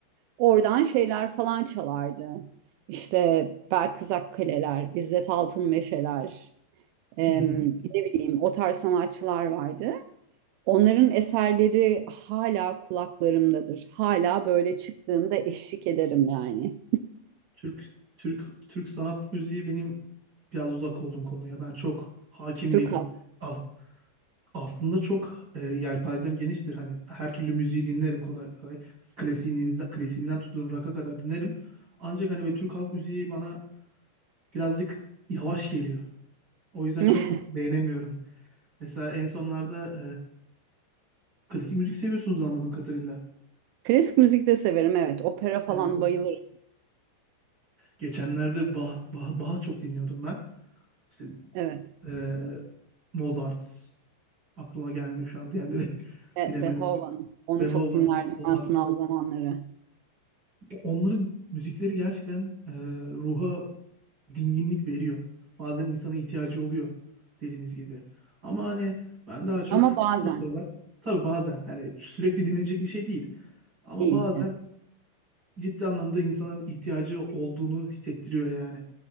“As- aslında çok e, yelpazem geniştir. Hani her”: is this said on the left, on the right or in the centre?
Right